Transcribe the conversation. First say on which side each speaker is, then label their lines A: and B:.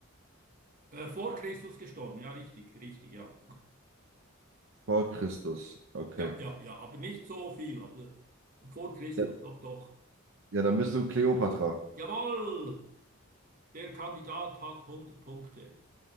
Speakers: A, on the right; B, on the right.
A: äh, vor Christus gestorben, ja, richtig, richtig, ja.
B: Vor Christus. Okay.
A: Ja, ja, ja, aber nicht so viel, aber vor Christus,
B: Ja,
A: doch, doch.
B: Ja, dann bist du Kleopatra.
A: Jawohl! der Kandidat hat 100 Punkte.